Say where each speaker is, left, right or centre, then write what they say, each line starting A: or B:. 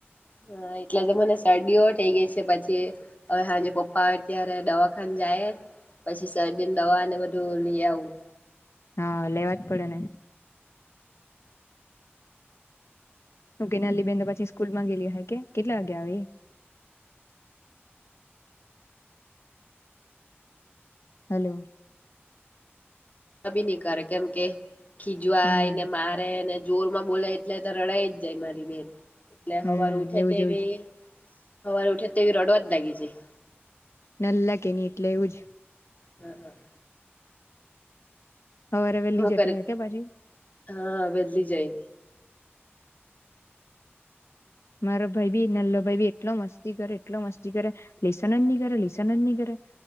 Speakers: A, on the left; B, on the left.
A: હા એટલે તો મને શરદીઓ થઇ ગઈ છે પછી હવે હાંજે પપ્પા આવેત્યારે દવાખાને જાય પછી શરદીને દવાને બધું લઈ આવું.
B: હા લેવા જ પડે ને! કે નાલી બેન પછી સ્કૂલ માં ગેલી હ કે કેટલા વાગે આવે એ? હલો
A: કી નહી કરે કેમ કે ખીજવાય
B: હમ
A: એને મારેને જોર માં બોલે એટલે તો રડાઈ જ જાય મારી બેન એટલે
B: હમ
A: હવાર ઉઠે
B: એવું
A: તેવી
B: જ એવું જ
A: સવારે ઉઠે તેવી રડવા જ લાગી જાય.
B: નલ્લા કે એની એટલે એવું જ.
A: હમ હમ
B: હવેરે વેલી
A: હું
B: જટી
A: કરે
B: હ કે પછી?
A: હા બદલી જાય
B: મારો ભાઈ ભી નલ્લો ભાઈ ભી એટલો મસ્તી કરે એટલો મસ્તી કરે લેસનજની કરે લેસનજની કરે!